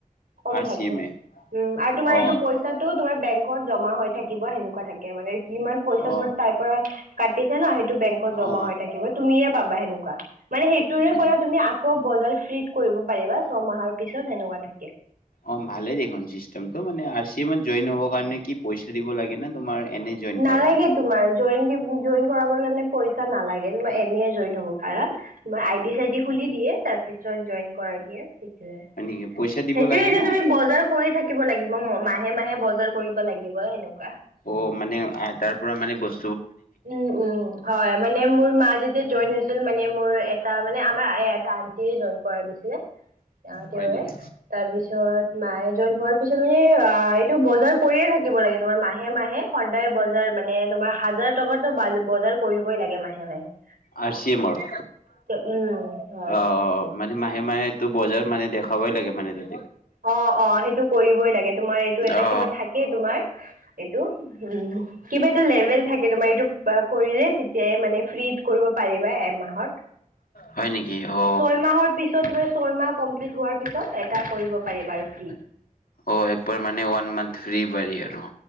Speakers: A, on the right; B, on the left.
A: <unintelligible>
B: আৰ চি এম এ
A: উম, আৰু তোমাৰ
B: অ
A: এইটো পইচাটো তোমাৰ বেংক ত জমা হৈ থাকিব, সেনেকুৱা থাকে। মানে যিমান পইচা
B: অ
A: তোমাৰ তাৰ পৰা কাটিছে ন সেই টো বেংকত জমা
B: অ
A: হৈ থাকিব। তুমিয়ে পাবা হেনেকুৱা। মানে হেইটোৰে
B: হয়
A: পৰা
B: নেকি
A: তুমি আকৌ বজাৰ ফ্ৰী কৰিব পাৰিবা ছমাহৰ পিছত সেনেকুৱা থাকে।
B: অ', ভালেই দেখোন চিষ্টেমটো। মানে আৰ চি এমত জইন হ'ব কাৰণে কি পইচা দিব লাগেনে তোমাৰ এনে জইন
A: নালাগে
B: কৰাই দিয়ে
A: তোমাৰ, জইন দিব-জইন কৰাবৰ কাৰনে পইচা নালাগে, তোমাৰ এনেই জিন হ'ব পাৰা। তোমাৰ আই ডি-ছাই ডি খুলি দিয়ে, তাৰপিছত জইন কৰাই দিয়ে। সেইটোয়ে
B: হয় নেকি পইচা দিব লাগে
A: যে
B: না
A: তুমি বজাৰ কৰি থাকিব লাগিব। মাহে-মাহে বজাৰ কৰিব লাগিবই, হেনেকুৱা।
B: অ মানে তাৰ পৰা মানে বস্তু
A: উম-উম হয় মানে মোৰ মা যেতিয়া জইন হৈছিল মানে মোৰ এটা আন্টিে জইন কৰা দিছিলে। আহ, তেওঁৱে
B: হয় নেকি
A: তাৰপিছত মায়ে জইন হোৱাৰ কিছুমানে অ,, এইটো বজাৰ কৰিয়ে থাকিব লাগে তোমাৰ মাহে -মাহে সদায় বজাৰ মানে তোমাৰ হাজাৰ টকাটো বা বজাৰ কৰিবই লাগে মাহে-মাহে।
B: আৰ চি এম ৰ
A: উম হয়
B: অ, মানে মাহে- মাহেটো বজাৰ মানে দেখ খাবই লাগে মানে তে
A: অহ অহ সেইটো কৰিবই লাগে তোমাৰ এইটো এটা
B: অ
A: কিবা থাকেই তোমাৰ এইটো উম। কিবা এটা লেভেল থাকে তোমাৰ এই কিবা কৰিলে তেতিয়াই মানে ফ্ৰি কৰিব পাৰিবা এ। মাহত
B: হয় নেকি অ
A: ছয় মাহৰ পিছ। চৌ তোমাৰ ছয়মাহ কমপ্লিট হোৱাৰ পিছত এটা কৰিব পাৰি বাৰু ফ্ৰি।
B: অহ একবাৰ মানে ওৱান মান্থ ফ্ৰি পাৰি আৰু